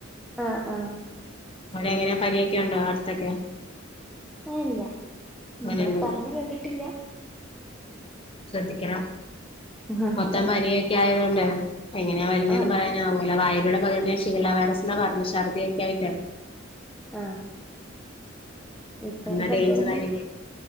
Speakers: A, in the centre; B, on the left.
A: ആ ആ
B: അവിടെ എങ്ങനെയാ പനിയെക്കെണ്ടോ അടുത്തൊക്കെ
A: ഇല്ല
B: അങ്ങനെയൊന്നുല്ല
A: ഇവിട പറഞ്ഞ് കേട്ടിട്ടില്ല
B: ശ്രദ്ധിക്കണം
A: ആ
B: മൊത്തം പനിയെക്കെ ആയോണ്ടേ എങ്ങനെയാ വരുന്നെന്ന്
A: ആ
B: പറയാനാ വൂല്ല വായേലൂടെ പകരുന്ന ഷിഗല്ല വൈറസ് ന്നാ പറഞ്ഞ് ഛർദ്ദിക്കേ ആയിട്ടേ
A: ആ ഇപ്പ
B: എന്നാ
A: ഇനി പ്രത്യേകിച്ചും
B: ഡേഞ്ചർ ആയിരിക്കും